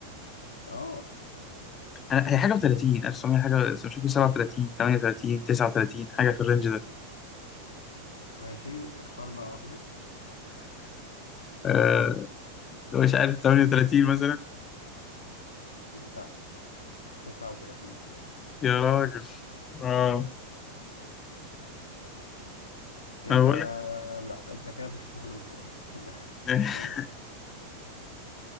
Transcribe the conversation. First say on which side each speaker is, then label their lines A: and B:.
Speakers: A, on the left; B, on the left.
A: اه
B: انا هي حاجه و30 1900 حاجه بس مش فاكر 37 38 39 حاجه في الرينج ده
A: ماشي يبقى اختار بقى واحدة
B: أه
A: مهم.
B: مش عارف 38 مثلا
A: لا 39
B: يا راجل اه
A: يس كده
B: انا بقول لك
A: لا انت كده مش هتاخد البونت <laughs>
B: <laughs>
A: انا اسف